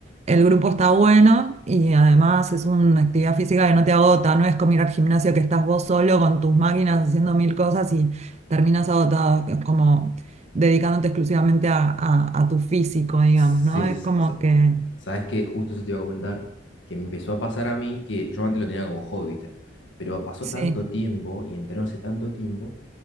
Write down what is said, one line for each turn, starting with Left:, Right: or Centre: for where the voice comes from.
Right: el grupo está bueno y además es una actividad física que no te agota, no es como ir al gimnasio que estás vos solo con tus máquinas haciendo mil cosas y terminas agotado, que es como dedicándote exclusivamente a, a- a tu físico, digamos,
Left: Sí,
Right: ¿no? Es
Left: s-
Right: como
Left: sa-
Right: que...
Left: sabes que justo eso te iba a comentar, que me empezó a pasar a mí, que yo antes lo tenía como hobby, ¿viste? Pero pasó
Right: Sí.
Left: tanto tiempo y entrené hace tanto tiempo